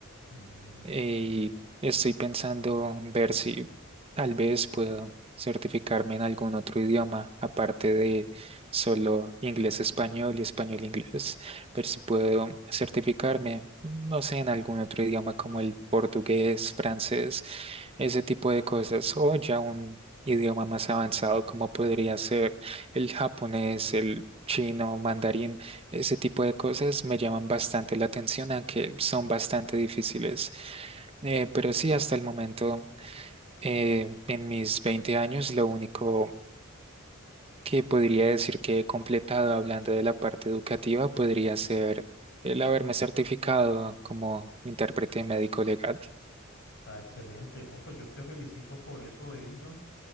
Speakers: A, on the left; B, on the right.
A: Ujú.
B: y estoy pensando en ver si tal vez puedo certificarme en algún otro idioma, aparte de solo inglés-español y español-inglés, ver si puedo certificarme, no sé, en algún otro idioma como el portugués, francés, ese tipo de cosas, o ya un idioma más avanzado como podría ser el japonés, el chino, mandarín. Ese tipo de cosas me llaman bastante la atención, aunque son bastante difíciles. Eh, pero sí, hasta el momento, eh, en mis 20 años, lo único que podría decir que he completado hablando de la parte educativa podría ser el haberme certificado como intérprete médico legal.
A: Ah, excelente, ¿no? Pues yo te felicito por eso, Edison.